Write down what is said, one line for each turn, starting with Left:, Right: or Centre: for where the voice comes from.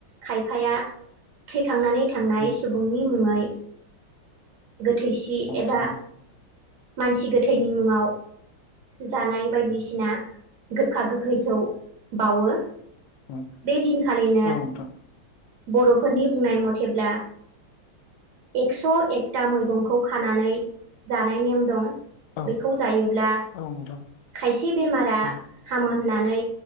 Right: खायफाया थैखांनानै थांनाय
Left: उम
Right: सुबुंनि मुङै गोथैसि
Left: उम
Right: एबा
Left: उम
Right: मानसि गोथैनि मुङाव जानाय बायदिसिना गोखा गोखैखौ बावो।
Left: उम,
Right: बे दिनखालिनो
Left: औ नोंथां
Right: बर'फोरनि बुंनाय मथेब्ला एक्स' एक टा मैगंखौ खानानै जानाय नेम दं।
Left: औ
Right: बेखौ जायोब्ला
Left: औ नोंथां
Right: खायसे बेमारा
Left: उम
Right: हामो होननानै